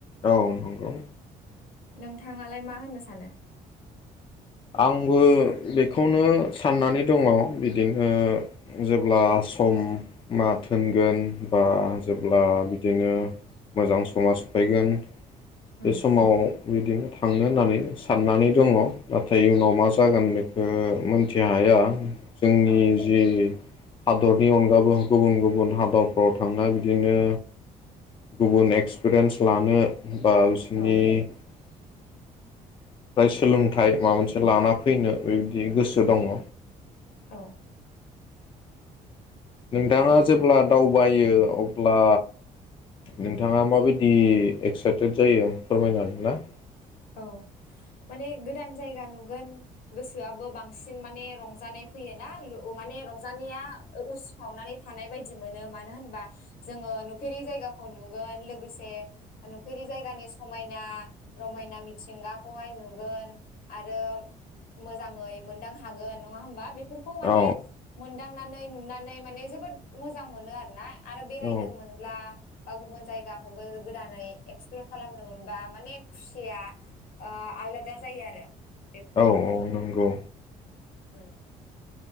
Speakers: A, on the left; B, on the left.
A: औ नंगौ।
B: नोंथाङालाय मा होनो स सानो?
A: आंबो बेखौनो साननानै दङ बिदिनो जेब्ला सम मा थोनगोन बा जेब्ला
B: औ
A: बिदिनो मोजां समा सफैगोन
B: उम
A: बे समाव बिदिनो थांनो होननानै साननानै दङ। नाथाय इयनाव मा जागोन बेखौ मिथि हाया। जोंनि
B: औ
A: जि हादरनि अनगाबो गुबुन गुबुन हादरफ्राव थांना बिदिनो गुबुन एक्सपिरियेन्स लानो बा बिसिनि
B: औ
A: फ्राय सोलोंथाइ माबा मोनसे लाना फैनो बेबायदि गोसो दङ।
B: औ।
A: नोंथाङा जेब्ला दावबायो अब्ला नोंथाङा माबायदि एक्साइटेड जायो फोरमायनो हागोन ना?
B: औ माने गोदान जायगा नुगोन गोसोआबो बांसिन माने रंजानाय फैयोना ओ माने रंजानाया उसिफावनानै थानाय बायदि मोनो मानो होनबा जोङो नुफेरि जायगाखौ नुगोन लोगोसे नुफेरि जायगानि समायना रमायना मिथिंगाखौहाय नुगोन आरो मोजाङै मोनदां हागोन नङा होमबा बे फोरखौ माने
A: औ
B: मोनदांनानै नुनानै माने जोबोद मोजां मोनो आरोना। आरो बेरायनो
A: औ
B: मोनब्ला बा गुबुन जायगाखौबो गोदानै एक्सप्लर खालामनो मोनबा माने खुसिया ओ आलादा जायो आरो ।
A: औ औ नंगौ।
B: उम